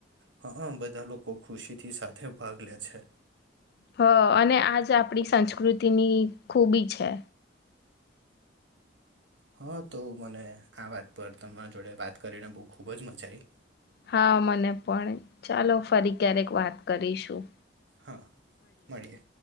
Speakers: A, on the right; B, on the left.
A: હ અહ બધા લોકો ખુશીથી સાથે ભાગ લે છે.
B: હ અને આજ આપડી સંસ્કૃતિની ખૂબી છે.
A: હા તો મને આ વાત પર તમારા જોડે વાત કરીને બહ ખુબ જ મજા આઈ.
B: હા, મને પણ ચાલો ફરી ક્યારેક વાત કરીશું.
A: હા મળીએ.